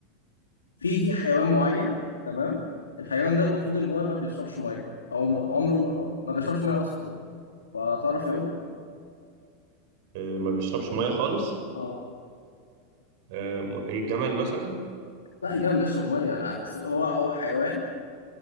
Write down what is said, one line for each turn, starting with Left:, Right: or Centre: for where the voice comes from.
Left: في في حيوان معين تمام الحيوان ده المفروض ان هو ما بيشربش ميه او م- عمره ما, أو ما بيشربش ميه اصلا فتعرف ايه هو
Right: آه، ما بيشربش مية خالص
Left: اه
Right: آه، م- إيه، جمل مثلا؟
Left: لا الجمل بيشرب ميه انا هو هو حيوان